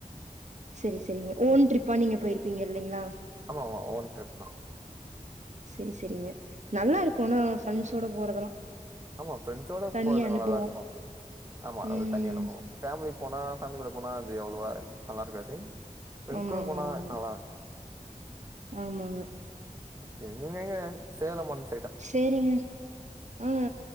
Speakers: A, on the right; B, on the right.
A: சரி சரிங்க ஓன் ட்ரிப்பா நீங்க போயிருப்பீங்க இல்லைங்ளா
B: ஆமா ஆமா ஒன் ட்ரிப் தா
A: சேரி சேரிங்க நல்லாருக்கு ஆனா ஃப்ரெண்ட்ஸோட போறதெல்லா
B: ஆமா ஃப்ரெண்ட்ஸோட
A: தனி
B: போறது
A: அனுபவோ
B: நல்லாதா இருக்கு ஆமா அது
A: ம்
B: ஒரு தனி அனுபவோ ஃபேமிலி போனா ஃபேமிலி கூட போனா அது அவ்ளோவா நல்லா இருக்காது ஃப்ரெண்ட்ஸ்
A: ஆமாங்க
B: கூட போனா
A: ஆமாங்க
B: நல்லாருக்கு
A: ஆமாங்க
B: ஓகே நீங்க எங்க சேலம் பண்
A: சேரிங்க அ